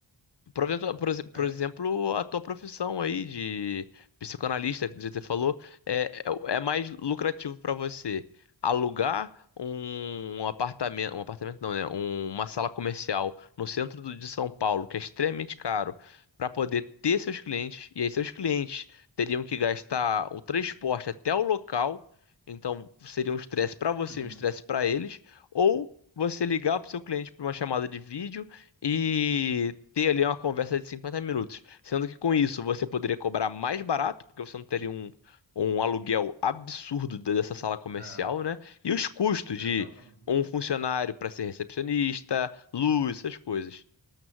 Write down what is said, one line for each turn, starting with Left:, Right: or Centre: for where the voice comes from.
Left: Por exemplo, por exe- por
Right: É.
Left: exemplo, a tua profissão aí de psicanalista, que você falou, é, é, é mais lucrativo para você alugar um apartamento, um apartamento não, né? um- uma sala comercial no centro do- de São Paulo, que é extremamente caro, para poder ter seus clientes, e aí seus clientes teriam que gastar o transporte até o local, então seria um estresse para você,
Right: Uhum.
Left: um estresse para eles, ou você ligar para o seu cliente para uma chamada de vídeo e ter ali uma conversa de 50 minutos. Sendo que com isso você poderia cobrar mais barato, porque você não teria um, um aluguel absurdo de- dessa sala comercial,
Right: É.
Left: né? E os custos
Right: Exatamente.
Left: de um funcionário para ser recepcionista, luz, essas coisas.